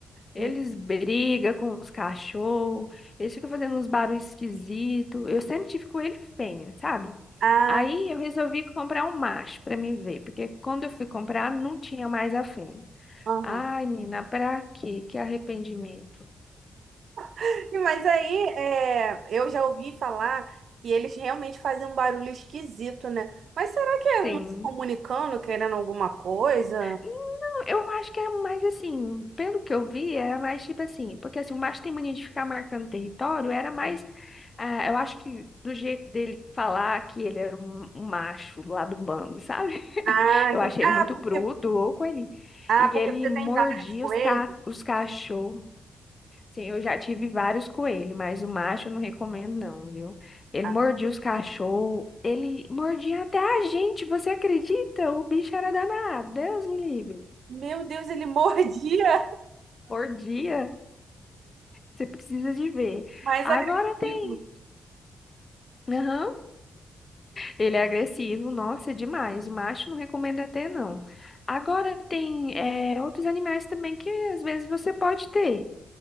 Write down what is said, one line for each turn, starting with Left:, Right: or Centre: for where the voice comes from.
Left: Eles
Right: Hum.
Left: brigam com os cachorros, eles ficam fazendo uns barulhos esquisitos. Eu sempre tive coelho fêmea, sabe?
Right: Ah,
Left: Aí eu resolvi comprar um macho pra me ver, porque quando eu fui comprar não tinha mais a fêmea.
Right: aham.
Left: Ai, menina, pra quê? Que arrependimento.
Right: <laughs> Mas aí, é, eu já ouvi falar que eles realmente fazem um barulho esquisito, né? Mas será que é
Left: Sim.
Right: um se comunicando, querendo alguma coisa?
Left: Não, eu acho que é mais assim, pelo que eu vi, era mais tipo assim, porque assim, o macho tem mania de ficar marcando território, era mais, ah, eu acho que do jeito dele falar que ele era um, um macho lá do bando, sabe?
Right: Ah,
Left: Eu
Right: entendi.
Left: achei
Right: Ah,
Left: ele muito
Right: porque,
Left: bruto, ô coelhinho.
Right: ah,
Left: E
Right: porque
Left: ele
Right: você
Left: mordia
Right: tem várias coisas.
Left: os, ca... os cachorros. Sim, eu já tive vários coelhos, mas o macho eu não recomendo, não, viu? Ele
Right: Ah,
Left: mordia os cachorros, ele mordia até a gente, você acredita? O bicho era danado, Deus me livre.
Right: Meu Deus, ele mordia!
Left: Mordia, você precisa de ver.
Right: <laughs> Mais
Left: Agora
Right: agressivo.
Left: tem. Aham. Ele é agressivo, nossa, é demais. O macho não recomendo até, não. Agora tem é, outros animais também que às vezes você pode ter.